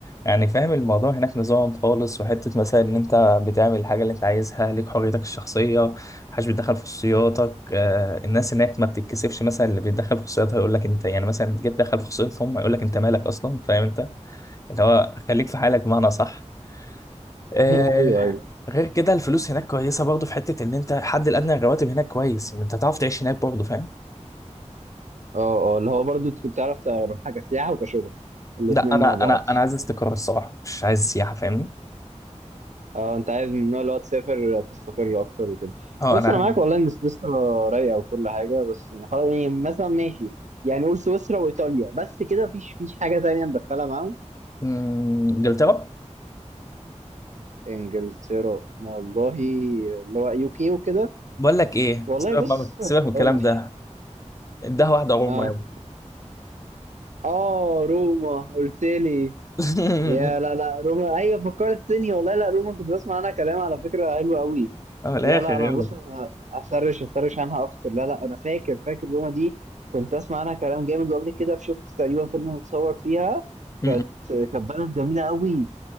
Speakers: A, on the left; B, on the right.
A: يعني فاهم الموضوع هناك نظام خالص وحته مثلا ان انت بتعمل الحاجه اللي انت عايزها ليك حريتك الشخصيه محدش بيتدخل في خصوصياتك آه الناس هناك ما بتتكسفش مثلا اللي بيتدخل في خصوصياتها يقول لك انت يعني مثلا جيت تدخل في خصوصيتهم يقول لك انت مالك اصلا فاهم انت اللي هو خليك في حالك بمعنى صح آه
B: ايوه ايوه
A: غير كده الفلوس هناك كويسه برضه في حته ان انت الحد الادنى للرواتب هناك كويس ان انت تعرف تعيش هناك برضه فاهم
B: اه اه اللي هو برضو كنت تعرف تروح حاجه سياحه وكشغل الاتنين
A: لا انا
B: مع بعض
A: انا انا عايز استقرار الصراحه مش عايز سياحه فاهمني
B: اه انت عايز من النوع اللي هو تسافر تستقر اكتر وكده
A: اه
B: بص
A: انا
B: انا
A: عارف
B: معاك والله ان سويسرا رايقه وكل حاجه بس يعني خلاص يعني مثلا ماشي يعني قول سويسرا وايطاليا بس كده مفيش مفيش حاجه تانية ندخلها معاهم
A: مم، انجلترا
B: انجلترا والله اللي هو يو كي وكده
A: بقول لك ايه
B: والله
A: سيبك
B: بص
A: بقى سيبك من الكلام
B: قول لي
A: ده اداها واحده روما
B: اه
A: يابا
B: اه روما قلت لي
A: <laughs>
B: يا لا لا روما ايوه فكرتني والله لا روما كنت بسمع عنها كلام على فكره حلو قوي
A: اه من الاخر
B: لا لا انا
A: يابا
B: بص انا اسرش اسرش عنها اكتر لا لا انا فاكر فاكر روما دي كنت اسمع عنها كلام جامد وقبل كده شفت تقريبا فيلم متصور فيها
A: مم.
B: كانت كانت بلد جميله قوي